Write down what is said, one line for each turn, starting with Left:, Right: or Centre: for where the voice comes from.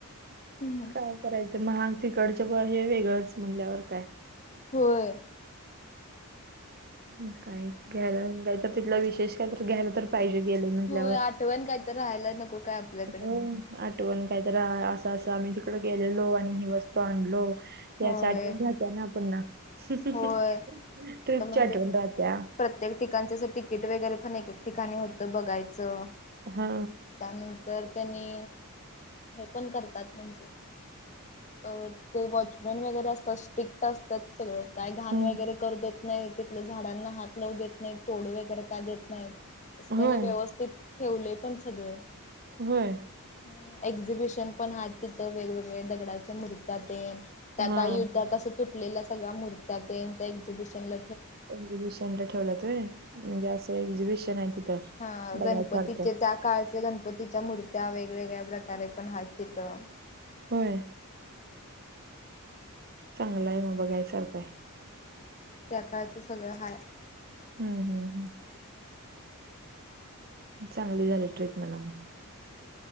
Left: हम्म हम्म
Right: काय करायचं महाग तिकडचं हो हे वेगळंच म्हणल्यावर काय
Left: होय
Right: ह काय घ्यायला काय तर तिथला विशेष काय तर घ्यायला तर पाहिजे गेलंय म्हटल्यावर?
Left: होय आठवण काय तर राहायला नको काय आपल्याकडे
Right: हो. आठवण कायतर असं असं आम्ही तिकड गेलेलो आणि ही वस्तू आणलो. याची
Left: होय
Right: आठवण राहत्या ना पुन्हा अअअ
Left: होय
Right: ट्रिपच्या
Left: तर म्हणजे
Right: आठवण राहत्या.
Left: प्रत्येक ठिकाणच असं तिकीट वगैरे पण एक एक ठिकाणी होतं बघायचं
Right: हा.
Left: त्यानंतर त्यांनी हे पण करतात म्हणजे. अ ते वॉचमॅन वगैरे असतात स्टिक्ट असतात सगळं. काय घाण
Right: ह
Left: वगैरे करू देत नाहीत तिथल्या झाडांना हात लावू देत नाहीत तोडू वगैरे का देत नाहीत. असं त्यांनी
Right: होय
Left: व्यवस्थित ठेवलंय पण सगळं.
Right: होय.
Left: अ एक्झिबिशन पण आहेत तिथं वेगवेगळ्या दगडाच्या मुर्त्यातेन. त्या
Right: हा
Left: का युद्धात असं तुटलेल्या सगळ्या मूर्त्यात तेन एक्झिबिशनल.
Right: एक्झिबिशन ला ठेवल्यात होय म्हणजे असं एक्झिबिशन आहे तिथं.
Left: हा
Right: बघायसारखं
Left: गणपतीचे त्यात. कालच्या गणपतीच्या मूर्त्या वेगवेगळ्या प्रकारे पण आहेत तिथं
Right: होय. चांगलय हे मग बघाय सारख आहे.
Left: त्या काळच सगळं हाय.
Right: हम्म हम् हम्. चांगली झाली ट्रीप म्हणा म.